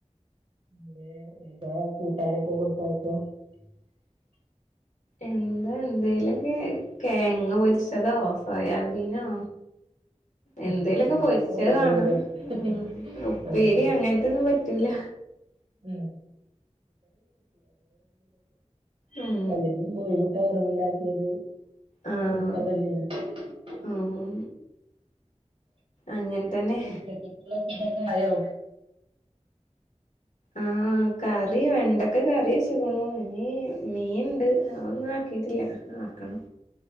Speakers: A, on the right (about 55°); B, on the left (about 80°).
A: <unintelligible>
B: എന്താ എന്തേലൊക്കെ തേങ്ങ പൊരിച്ചതോ സോയാബീനോ
A: <inaudible>
B: എന്തേലൊക്കെ പൊരിച്ചത് കാണാ
A: <unintelligible>
B: ഉം ഉപ്പേരി അങ്ങനത്തൊന്നും പറ്റൂല
A: <unintelligible>
B: ഉം
A: അല്ലെങ്കി കോയിമുട്ട വറവ്ണ്ടാക്കിയത് <unintelligible>
B: ആഹ് ഉം അങ്ങനെ തന്നെ
A: ഉച്ചകത്തേക്കുള്ള ഫുടൊക്കെ ആയോ
B: ആ ആ കറി വെണ്ടക്കെ കറി വെച്ചക്കണു ഇനി മീൻണ്ട് അതൊന്നും ആക്കിട്ടില്ല ആക്കണം